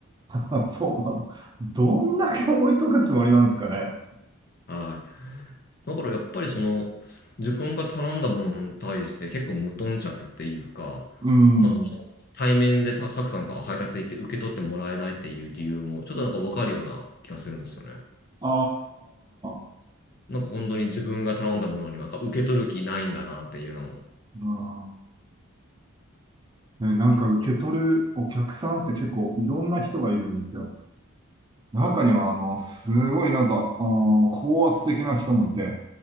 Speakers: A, on the right; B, on the left.
A: あ、そうなの。どんだけ置いとくつもりなんですかね。
B: はい。だからやっぱりその、自分が頼んだものに対して結構無頓着っていうか、
A: うん。
B: まあ、対面でたサクさんが配達行って受け取ってもらえないっていう理由も、ちょっとなんかわかるような気がするんですよね。
A: ああ、
B: なんか本当に自分が頼んだものにはなんか受け取る気ないんだなっていうのも、
A: うんね、なんか受け取るお客さんって結構いろんな人がいるんですよ。
B: 僕
A: 中には、あの、すごいなんか、あの、高圧的な人もいて、